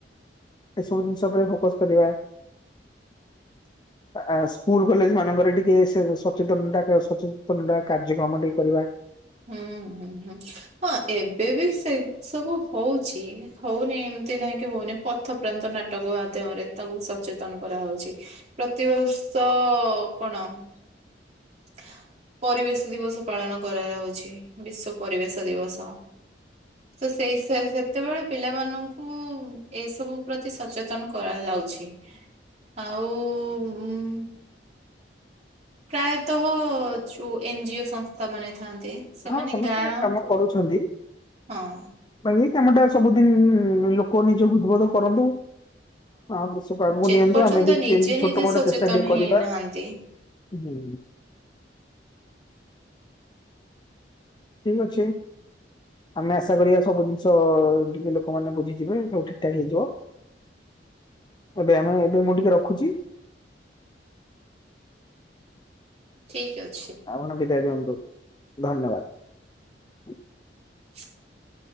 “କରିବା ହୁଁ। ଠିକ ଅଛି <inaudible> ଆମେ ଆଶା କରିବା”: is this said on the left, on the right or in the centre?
Left